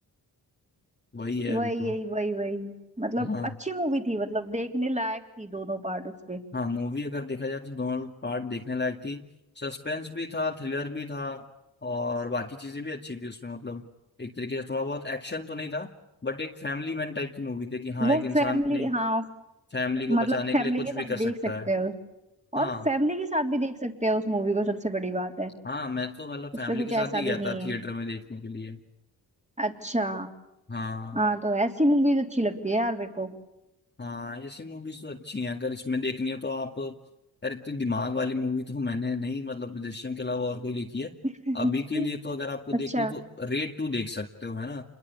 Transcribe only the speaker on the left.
वही है
अभी तो
हाँ
हाँ मूवी अगर देखा जाए तो दोनों पार्ट देखने लायक थी सस्पेंस भी था थ्रिलर भी था और बाकी चीजें भी अच्छी थी उसमें मतलब एक तरीके से थोड़ा बहुत एक्शन तो नहीं था बट एक फैमिली मैन टाइप की मूवी थी कि हाँ
एक इंसान
अपनी
फैमिली को
बचाने
के लिए कुछ
भी कर सकता
है
हाँ
हाँ मैं तो मतलब फैमिली
के साथ
ही
गया
था
थिएटर में देखने के लिए
हाँ
हाँ ऐसी मूवीज तो अच्छी हैं अगर इसमें देखनी हो तो आप यार इतनी दिमाग वाली मूवी तो मैंने नहीं मतलब दृश्यम के अलावा और कोई देखी है
अभी के लिए तो अगर आपको देखनी
है तो रेड टू देख सकते हो है ना